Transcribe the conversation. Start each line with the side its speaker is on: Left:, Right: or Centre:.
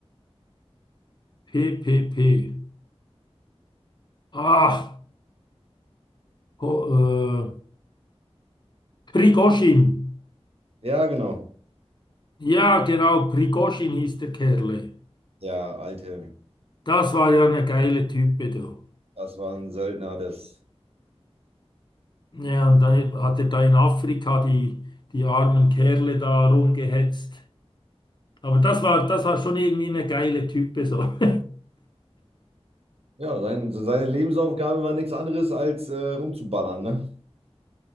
Left: P P P Ah, ho, äh, Prigozhin.
Right: Ja, genau.
Left: Ja, genau, Prigozhin hieß der Kerle.
Right: Ja, Alte,
Left: Das war ja eine geile Type, du.
Right: das war ein Söldner, das,
Left: Ja, und dann hat er da in Afrika die, die armen Kerle da rumgehetzt. Aber das war, das war schon irgendwie eine geile Type, so. <laughs>
Right: ja, sein, seine Lebensaufgabe war nichts anderes als äh, rumzuballern, ne?